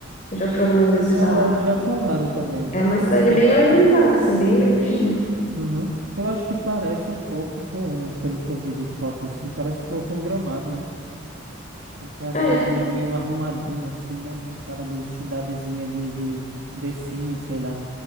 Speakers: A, on the left; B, on the right.
A: Eu já fui algumas vezes
B: É,
A: pra lá.
B: já falaram também, já
A: É uma
B: falaram.
A: cidade
B: É,
A: bem organizada, assim, bem bonitinha.
B: uhum. Eu acho que parece um pouco com, pelo que eu vi de foto assim, parece um pouco com Gramado, né? Porque é uma cidadezinha
A: É,
B: meio arrumadinha assim, né? Com cara de cidadezinha de, de, de Sims, sei lá.